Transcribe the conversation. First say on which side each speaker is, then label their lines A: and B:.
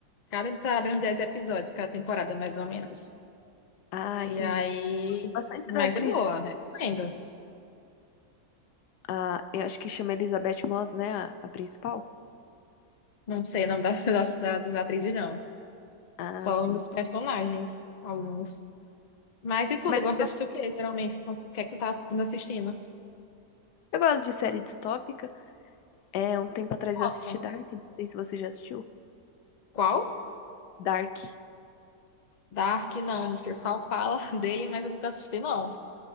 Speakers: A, on the left (about 55°); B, on the left (about 80°).
A: Cada temporada tem uns dez episódios, cada temporada, mais ou menos.
B: Ah,
A: E
B: entendi.
A: aí.
B: Bastante
A: Mas
B: da atriz.
A: é boa, recomendo.
B: Ah, eu acho que chama Elizabeth Moss, né? A, a principal.
A: Não sei o nome das, <laughs> das, das atrizes, não.
B: Ah,
A: Só
B: sim.
A: o nome dos personagens, alguns. Mas e tu,
B: Mas
A: tu gosta de
B: eu
A: assistir o quê, geralmente? O que é que tu tá assistindo? assistindo?
B: eu gosto de série distópica. É, um tempo atrás
A: Gosta.
B: eu assisti Dark, não sei se você já assistiu.
A: Qual?
B: Dark.
A: Dark, não. O pessoal fala <laughs> dele, mas eu nunca assisti, não.